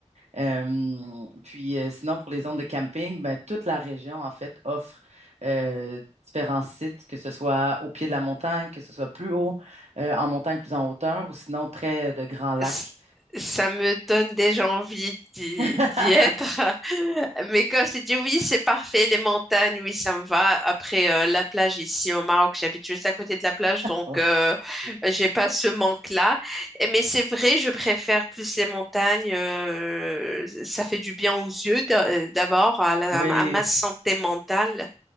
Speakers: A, on the right; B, in the centre.
A: Euh, puis euh, sinon, pour les zones de camping, ben, toute la région, en fait, offre euh, différents sites, que ce soit au pied de la montagne, que ce soit plus haut, euh, en montagne, plus en hauteur, ou sinon près de grands lacs.
B: c- Ça me donne déjà envie d'y
A: <laughs>
B: d'y être. <laughs> Mais quand je t'ai dit oui, c'est parfait, les montagnes, oui, ça me va. Après, euh, la plage ici au Maroc, j'habite juste à côté de la plage, donc
A: Ouais.
B: euh, j'ai pas ce manque-là. Et- Mais c'est vrai, je préfère plus les montagnes. euh, ça fait du bien aux yeux d'a- d'abord, à, la-
A: Oui.
B: à ma santé mentale.